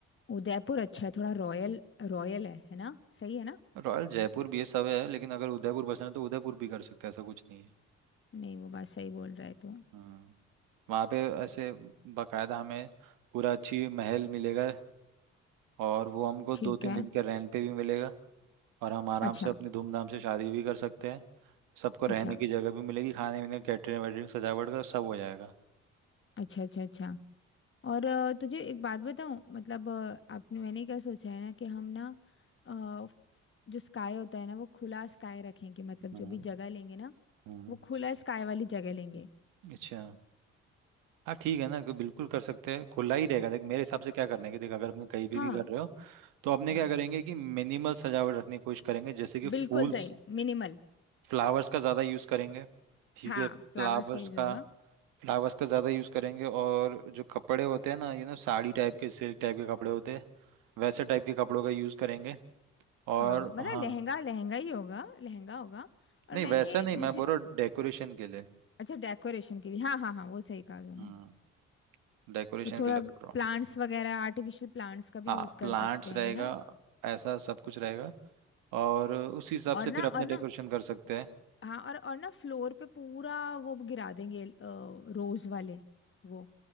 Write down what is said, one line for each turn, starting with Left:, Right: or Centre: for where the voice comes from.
Left: उदयपुर अच्छा है थोड़ा रॉयल रॉयल है है ना सही है ना
Right: रॉयल जयपुर भी है सब है लेकिन अगर उदयपुर पसंद है तो उदयपुर भी कर सकते हैं ऐसा कुछ नहीं है
Left: नहीं वो बात सही बोल रहा है तू
Right: हाँ। वहाँ पे ऐसे बकायदा हमें पूरा अच्छी महल मिलेगा और वो हमको
Left: ठीक
Right: दो तीन
Left: है
Right: दिन के रेंट पे भी मिलेगा और हम आराम
Left: अच्छा
Right: से अपनी धूमधाम से शादी भी कर सकते हैं सबको
Left: अच्छा
Right: रहने की जगह भी मिलेगी खाने पीने कैटरिंग वैटरिंग सजावट का सब हो जाएगा
Left: अच्छा अच्छा अच्छा और अ, तुझे एक बात बताऊं मतलब अ, आपने मैंने क्या सोचा है ना कि हम ना अ, जो स्काई होता है ना वो खुला स्काई रखेंगे मतलब
Right: हाँ
Left: जो भी जगह लेंगे ना
Right: हाँ
Left: वो खुला स्काई वाली जगह लेंगे
Right: अच्छा हाँ ठीक है ना कि बिल्कुल कर सकते हैं खुला ही रहेगा देख मेरे हिसाब से क्या करने की देख अगर अपने कहीं भी
Left: हाँ
Right: भी कर रहे हो तो अपने
Left: हम्म
Right: क्या करेंगे कि मिनिमल सजावट रखने की कोशिश करेंगे जैसे कि फूल्स
Left: बिल्कुल सही मिनिमल
Right: फ्लावर्स का ज़्यादा यूज़ करेंगे ठीक
Left: हाँ
Right: है फ्लावर्स
Left: फ्लावर्स का यूज होगा
Right: का फ्लावर्स का ज़्यादा यूज़ करेंगे और जो कपड़े होते हैं ना यू नो साड़ी टाइप के सिल्क टाइप के कपड़े होते हैं वैसे टाइप के कपड़ों का यूज़ करेंगे
Left: हाँ
Right: और
Left: मतलब
Right: हाँ
Left: लहंगा लहंगा ही होगा लहंगा होगा और
Right: नहीं
Left: मैंने
Right: वैसा नहीं
Left: जैसे
Right: मैं बोल रहा हूँ डेकोरेशन के लिए
Left: अच्छा डेकोरेशन के लिए हाँ हाँ हाँ वो सही कहा तूने
Right: हम्म डेकोरेशन
Left: तो थोड़ा
Right: के लिए बोल रहा हूँ
Left: प्लांट्स वगैरह आर्टिफिशियल प्लांट्स का
Right: हाँ
Left: भी यूज
Right: प्लांट्स
Left: कर सकते हैं
Right: रहेगा
Left: है ना
Right: ऐसा सब कुछ रहेगा और उसी हिसाब
Left: और
Right: से
Left: ना
Right: फिर अपने
Left: और
Right: डेकोरेशन
Left: ना
Right: कर सकते हैं
Left: हाँ और और ना फ्लोर पे पूरा वो गिरा देंगे रोज वाले वो